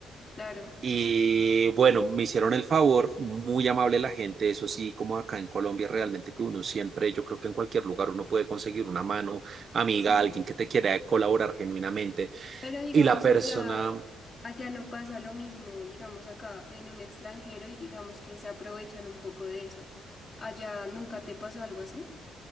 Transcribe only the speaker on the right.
y bueno, me hicieron el favor, muy amable la gente, eso sí, como acá en Colombia realmente que uno siempre, yo creo que en cualquier lugar uno puede conseguir una mano amiga,
alguien que te quiera colaborar genuinamente.
Y la persona,